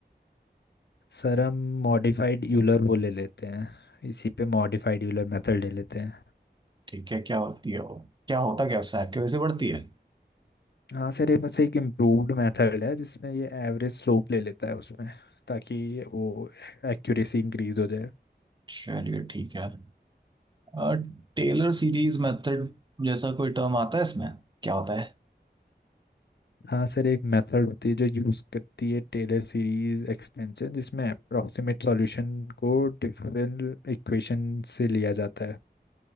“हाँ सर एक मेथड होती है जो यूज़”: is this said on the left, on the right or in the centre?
Left